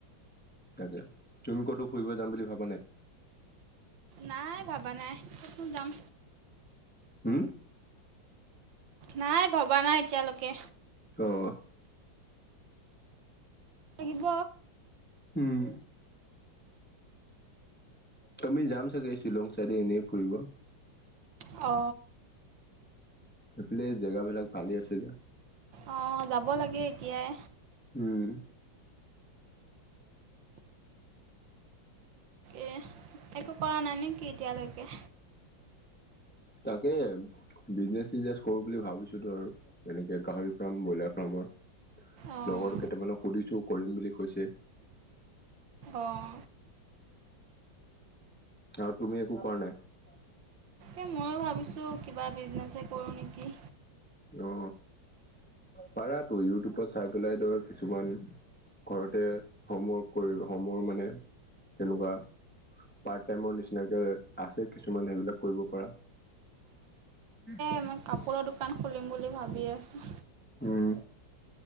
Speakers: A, in the centre; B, on the right (about 75°).
A: তাকে তুমি কতো ফুৰিব যাম বুলি ভাবা নাই?
B: নাই ভাবা নাই কতনো যাম।
A: উম
B: নাই ভবা নাই এতিয়ালৈকে
A: অহ
B: লাগিব।
A: উম তুমি যাম চাগে শ্বিলং চাইডে এনেই ফুৰিব। <unintelligible>
B: অ
A: এইফালে জেগাবিলাক ভালেই আছে যে।
B: অ যাব লাগে এতিয়াই
A: উম
B: এ একো কৰা নাই নেকি এতিয়ালৈকে।
A: তাকে বিজনেচ চিজনেচ কৰো বুলি ভাবিছো ধৰ এনেকে গাহৰি ফাৰ্ম ব্ৰইলাৰ। ৰ
B: অঁ
A: লগৰ কেইটামানক সুধিছো কৰিম বুলি কৈছে।
B: অঁ
A: আৰু তুমি একো কৰাৱা নাই।
B: এ ময়ো ভাবিছো কিবা বিজনেছে কৰো নেকি।
A: অ পাৰা তো ইউটিউবত চাই পেলাই ধৰ কিছুমান। ঘৰতে হোমৱৰ্ক কৰি হোমৰ মানে তেনেকুৱা। পাৰ্ট টাইমৰ নিচিনাকে আছে কিছুমান সেইবিলাক কৰিব পৰা। হম
B: মোৰ কাপোৰৰ দোকান। খুলিম
A: <unintelligible>
B: বুলি ভাবি
A: <inaudible>
B: আছোঁ
A: উম